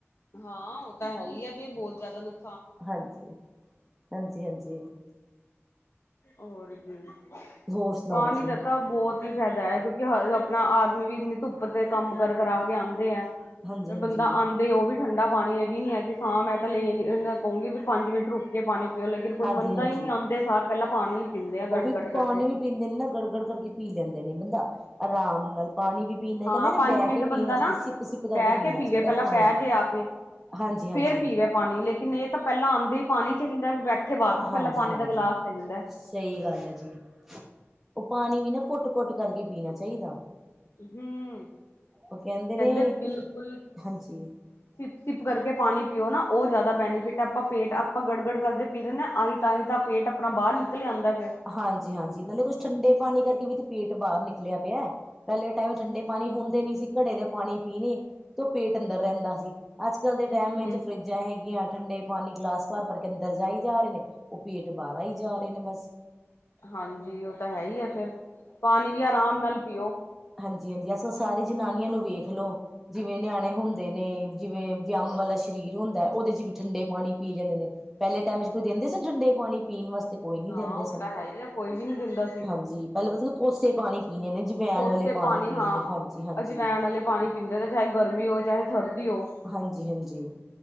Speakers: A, on the left; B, in the centre.
A: ਹਾਂ, ਉਹ ਤਾਂ ਹੈ ਹੀ ਹੈ। ਵੀ ਬਹੁਤ ਜ਼ਿਆਦਾ ਨੁਕ
B: ਹਾਂਜੀ, ਹਾਂਜੀ-ਹਾਂਜੀ।
A: ਹੋਰ ਕੀ,
B: ਹੋਰ ਸੁਣਾਓ
A: ਪਾਣੀ
B: ਜੀ
A: ਦਾ ਤਾਂ ਬਹੁਤ ਹੀ ਫਾਇਦਾ ਹੈ ਕਿਉਂਕਿ ਹਰ ਆਪਣਾ ਆਦਮੀ ਵੀ ਇੰਨੀ ਧੁੱਪ ਤੇ ਕੰਮ ਕਰ ਕਰਾ ਕੇ ਆਉਂਦੇ ਹੈ,
B: ਹਾਂਜੀ
A: ਤੇ ਬੰਦਾ
B: ਹਾਂਜੀ
A: ਆਉਂਦੇ ਉਹ ਵੀ ਠੰਡਾ ਪਾਣੀ, ਇਹ ਵੀ ਨੀ ਹੈ ਕਿ ਸ਼ਾਮ, ਮੈਂ ਤਾਂ ਲੈ ਕਹੂੰਗੀ ਵੀ ਪੰਜ ਮਿੰਟ ਰੁੱਕ ਕੇ ਪਾਣੀ ਪਿਓ, ਲੇਕਿਨ ਕੋਈ
B: ਹਾਂਜੀ
A: ਮੰਨਦਾ
B: ਹਾਂਜੀ
A: ਹੀ ਨਹੀਂ, ਆਂਦੇ ਸਾਰ ਪਹਿਲਾਂ ਪਾਣੀ ਪੀਂਦੇ ਆ ਗਟ
B: ਉਹ ਵੀ
A: ਗਟ ਕਰਕੇ
B: ਪਾਣੀ ਵੀ ਪੀਂਦੇ ਨੇ ਨਾ, ਗੜ-ਗੜ ਕਰਕੇ ਪੀ ਲੈਂਦੇ ਨੇ, ਬੰਦਾ ਆਰਾਮ ਨਾਲ ਪਾਣੀ ਵੀ ਪੀਣਾ,
A: ਹਾਂ
B: ਕਹਿੰਦੇ ਨਾ
A: ਪੰਜ
B: ਬਹਿ
A: ਮਿੰਟ
B: ਕੇ ਪੀਣਾ
A: ਬੰਦਾ
B: ਚਾਹੀਦਾ,
A: ਨਾ
B: ਸਿੱਪ-ਸਿੱਪ ਕਰਕੇ
A: ਬਹਿ
B: ਪੀਣਾ
A: ਕੇ ਪੀਵੇ
B: ਚਾਹੀਦਾ
A: ਪਹਿਲਾਂ
B: ਪਾਣੀ।
A: ਬਹਿ ਜੇ ਆ ਕੇ
B: ਹਾਂਜੀ-ਹਾਂਜੀ।
A: ਫੇਰ ਪੀਵੇ ਪਾਣੀ ਲੇਕਿਨ ਇਹ ਤਾਂ ਪਹਿਲਾਂ ਆਉਂਦੇ ਹੀ ਪਾਣੀ ਚਾਹੀਦਾ, ਵੀ ਬੈਠੇ ਬਾਅਦ ਵਿੱਚ, ਪਹਿਲਾਂ
B: ਹਾਂਜੀ
A: ਪਾਣੀ
B: ਹਾਂਜੀ
A: ਦਾ ਗਿਲਾਸ ਚਾਹੀਦਾ।
B: ਸਹੀ ਗੱਲ ਹੈ ਜੀ, ਉਹ ਪਾਣੀ ਵੀ ਨਾ ਘੁੱਟ-ਘੁੱਟ ਕਰਕੇ ਪੀਣਾ ਚਾਹੀਦਾ।
A: ਹੂੰ,
B: ਉਹ
A: ਕਹਿੰਦੇ
B: ਨੇ
A: ਬਿਲਕੁਲ
B: ਹਾਂਜੀ
A: ਸਿੱਪ-ਸਿੱਪ ਕਰਕੇ ਪਾਣੀ ਪੀਓ ਨਾ, ਉਹ ਜ਼ਿਆਦਾ ਬੈਨੀਫਿਟ, ਆਪਾਂ ਪੇਟ, ਆਪਾਂ ਗੜ-ਗੜ ਕਰਦੇ ਪੀ ਦਿੰਦੇ ਹਾਂ ਆਹੀ ਤਾਂਹੀ ਤਾਂ ਪੇਟ ਆਪਣਾ ਬਾਹਰ ਨਿੱਕਲ ਆਉਂਦਾ ਫਿਰ।
B: ਹਾਂਜੀ-ਹਾਂਜੀ, ਨਾਲੇ ਕੁੱਛ ਠੰਡੇ ਪਾਣੀ ਕਰਕੇ ਵੀ ਤੇ ਪੇਟ ਬਾਹਰ ਨਿੱਕਲਿਆ ਪਿਆ। ਪਹਿਲੇ ਟਾਈਮ ਠੰਡੇ ਪਾਣੀ ਹੁੰਦੇ ਨਹੀਂ ਸੀ, ਘੜੇ ਦੇ ਪਾਣੀ ਪੀਣੇ ਤੇ ਉਹ ਪੇਟ ਅੰਦਰ ਰਹਿੰਦਾ ਸੀ। ਅੱਜ- ਕੱਲ੍ਹ ਦੇ ਟਾਈਮ
A: ਹੂੰ।
B: ਵਿੱਚ ਫਰਿੱਜਾਂ ਹੈਗੀਆਂ, ਠੰਡੇ ਪਾਣੀ ਗਲਾਸ ਭਰ-ਭਰ ਕੇ ਅੰਦਰ ਜਾਈ ਜਾ ਰਹੇ ਨੇ। ਉਹ ਪੇਟ ਬਾਹਰ ਆਈ ਜਾ ਰਹੇ ਨੇ ਬਸ।
A: ਹਾਂਜੀ, ਉਹ ਤਾਂ ਹੈ ਹੀ ਆ ਫੇਰ, ਪਾਣੀ ਵੀ ਆਰਾਮ ਨਾਲ ਪੀਓ।
B: ਹਾਂਜੀ-ਹਾਂਜੀ, ਅੱਜ ਸਾਰੀ ਜਨਾਨੀਆਂ ਨੂੰ ਵੇਖ ਲੋ ਜਿਵੇਂ ਨਿਆਣੇ ਹੁੰਦੇ ਨੇ, ਜਿਵੇਂ ਵਿਅੱਮ ਵਾਲਾ ਸ਼ਰੀਰ ਹੁੰਦਾ, ਉਹਦੇ ਚ ਵੀ ਠੰਡੇ ਪਾਣੀ ਪੀ ਲੈਂਦੇ ਨੇ। ਪਹਿਲੇ ਟਾਈਮ ਚ ਕੋਈ
A: ਹੂੰ।
B: ਦਿੰਦੇ ਸਨ ਠੰਡੇ ਪਾਣੀ ਪੀਣ ਵਾਸਤੇ, ਕੋਈ ਨੀ
A: ਹਾਂ
B: ਦਿੰਦੇ
A: ਉਹ
B: ਸਨ।
A: ਤਾਂ ਹੈ ਹੀ ਆ ਕੋਈ ਵੀ ਨਹੀਂ ਦਿੰਦਾ ਸੀ
B: ਹਾਂਜੀ, ਪਹਿਲਾਂ ਮਤਲਬ ਕੋਸੇ ਪਾਣੀ ਪੀਣੇ ਨੇ, ਜਵੈਣ
A: ਕੋਸੇ
B: ਵਾਲੇ ਪਾਣੀ ਪੀਣੇ,
A: ਹਾਂ।
B: ਹਾਂਜੀ-ਹਾਂਜੀ।
A: ਅਜਵੈਣ ਵਾਲੇ ਪਾਣੀ ਪੀਂਦੇ ਨੇ ਚਾਹੇ ਗਰਮੀ ਹੋਵੇ ਚਾਹੇ ਸਰਦੀ ਹੋ।
B: ਹਾਂਜੀ-ਹਾਂਜੀ।